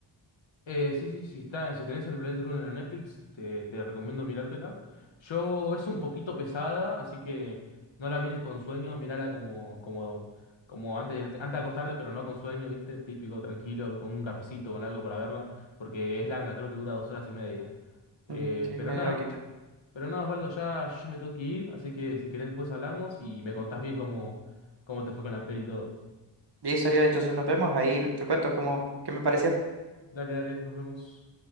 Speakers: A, on the left; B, on the right.
A: Eh, sí, sí, sí, está, si tenés el Blade Runner en Netflix, te, te recomiendo mirártela. Yo, es un poquito pesada, así que no la mires con sueño, mírala como, como, como antes de, irte- antes de acostarte, pero no con sueño, ¿viste? Típico, tranquilo, con un cafecito, con algo para verla, porque es larga, creo que dura dos horas y media. Eh,
B: Mm, Sí, es
A: pero
B: medio
A: nada,
B: larguita.
A: pero nada, Osvaldo, ya yo me tengo que ir, así que si querés después hablamos y me contás bien cómo, cómo te fue con la peli y todo.
B: Listo, Ariel, entonces nos vemos ahí. Te cuento cómo, qué me pareció.
A: Dale, dale, nos vemos.